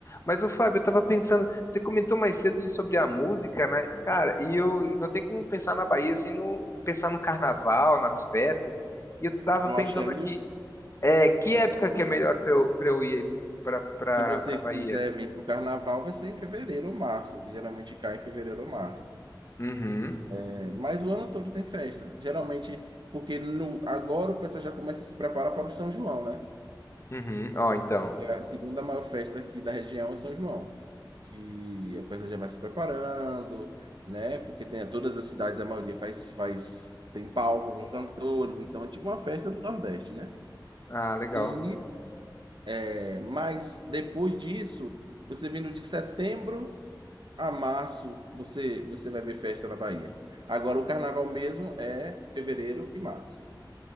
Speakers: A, on the left; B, on the right.
A: Mas, ô Fábio, eu tava pensando, você comentou mais cedo ali sobre a música, né? Cara, e eu e não tem como pensar na Bahia sem não pensar no carnaval, nas festas. E eu tava
B: Não
A: pensando
B: achei a
A: aqui, é, que época que é melhor pra eu, pra eu ir pra, pra,
B: Se você
A: pra
B: quiser
A: Bahia?
B: vir para o carnaval, vai ser em fevereiro ou março, que geralmente cai em fevereiro ou março.
A: Uhum,
B: É, mas o ano todo tem festa. Geralmente, porque no, agora o pessoal já começa a se preparar para o São João, né?
A: uhum, ó, então.
B: Que é a segunda maior festa aqui da região é São João. Que o pessoal já vai se preparando, né? Porque tem todas as cidades, a maioria faz, faz, tem palco com cantores, então é tipo uma festa do Nordeste, né?
A: Ah, legal.
B: E, é, mas depois disso, você vindo de setembro. a março você você vai ver festa na Bahia. Agora o carnaval mesmo é fevereiro e março.